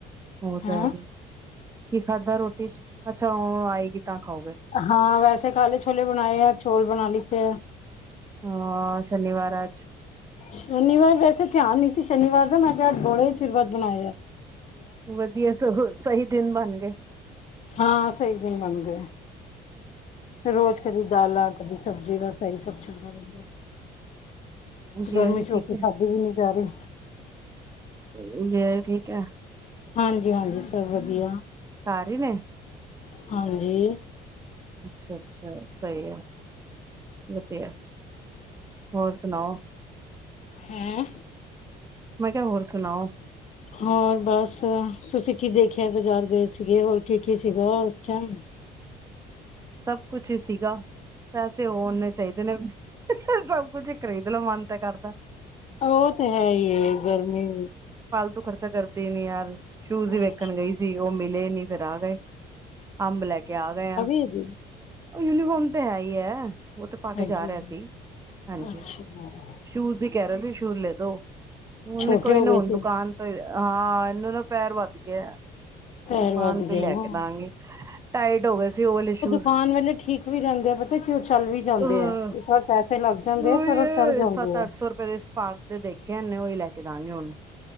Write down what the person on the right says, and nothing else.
ਹੋ ਜਾਏਗਾ
ਕੀ ਖਾਧਾ ਰੋਟੀ ਚ ਅੱਛਾ ਉ ਆਏਗੀ ਤਾਂ ਖਾਓਗੇ।
ਹਾਂ ਸ਼ਨੀਵਾਰ ਏ ਆੱਜ।
ਵਧੀਏ ਸਗੋ ਸਹੀ ਦਿਨ ਬਣ ਗਏ।
ਜੀਆ
ਜੀ
ਠੀਕ
ਹੈ
ਜੀਜਾ ਜੀ ਠੀਕ ਏ।
ਘਾਰ ਈ ਨੇ।
ਅੱਛਾ-ਅੱਛਾ ਸਈ ਏ ਵਧੀਆ ਹੋਰ ਸੁਣਾਓ।
ਮੈਂ ਕਿਆ ਹੋਰ ਸੁਣਾਓ।
ਸਭ ਕੁਛ ਹੀ ਸੀਗਾ। ਪੈਸੇ ਹੋਨੇ ਚਾਈਦੇ ਨੇ ਸਭ ਕੁਝ ਖਰੀਦ ਲਵਾਂ ਮਨ ਤੇ ਕਰਦਾ।
<inaudible>
ਤੁ ਖਰਚਾ ਕਰਦੀ ਨੀ ਯਾਰ, ਸ਼ੂਜ
ਵੇਖਣ ਗਈ ਸੀ ਉ ਮਿਲੇ ਨੀ ਫੇਰ ਆ ਗਏ। ਆੰਬ ਲੈ ਕੇ ਆ ਗਏ ਆ।
ਉ ਯੂਨੀਫੋਮ ਤੇ ਹੈ ਹੀ ਹੈ ਉ ਤੇ ਪਾ ਕੇ
ਜਾ ਰਿਆ
ਸੀ ਹਾਂਜੀ
ਸ਼ੂ ਕੇ ਰਿਆ ਸੀ ਸ਼ੂ ਲੈ ਦੋ ਹੁਨ
ਕੋਈ
ਨਾ
ਹੁਣ
ਦੁਕਾਨ ਹਾਂ ਇਹਨੂੰ ਨਾ ਪੈਰ ਵੱਧ ਗਏ ਆ।
ਦੁਕਾਨ
ਤੇ
ਲੈ
ਕੇ ਦਾਂਗੇ ਟਾਈਟ ਹੋ ਗਏ ਸੀ ਔ ਵਾਲੇ ਸ਼ੂਜ
ਅ
ਉਹੀ
ਹੈ
ਸੱਤ
ਅੱਠ ਸੌ ਰੁਪੇ ਦੇ ਸਪਾਕ ਦੇ ਦੇਖੇ ਐ ਏਨੇ ਓਹੀ ਲੈ ਕੇ ਦਾਂਗੇ ਹੁਨ।